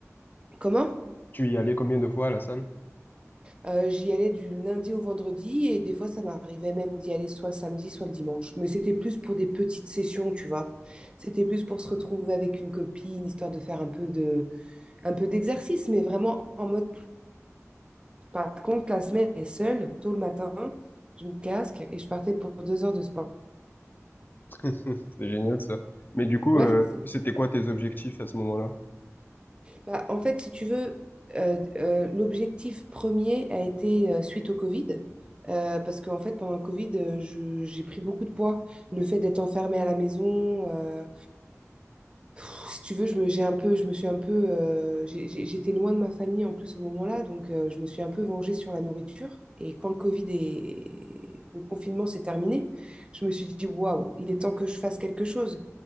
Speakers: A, on the right; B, on the left.
A: Comment?
B: Tu y allais combien de fois à la salle?
A: Euh, j'y allais du lundi au vendredi, et des fois, ça m'arrivait même d'y aller soit le samedi, soit le dimanche. Mais c'était plus pour des petites sessions, tu vois. C'était plus pour se retrouver avec une copine, histoire de faire un peu de, un peu d'exercice, mais vraiment en mode Par contre, la semaine, elle est seule, tôt le matin, je me casque et je partais pour deux heures de sport.
B: <laughs> C'est génial ça. Mais du coup,
A: Ouais,
B: euh,
A: c'est-
B: c'était quoi tes objectifs à ce moment-là?
A: bah, en fait, si tu veux, euh, euh, l'objectif premier a été euh, suite au Covid. euh, parce qu'en fait, pendant le Covid, euh, je- j'ai pris beaucoup de poids. Le fait d'être enfermée à la maison, euh, Pff, Si tu veux, je me, j'ai un peu, je me suis un peu, euh, j'ai- j'ai- j'étais loin de ma famille en plus au moment-là, donc euh, je me suis un peu vengée sur la nourriture. Et quand le Covid et le confinement s'est terminé, je me suis dit, waouh, il est temps que je fasse quelque chose.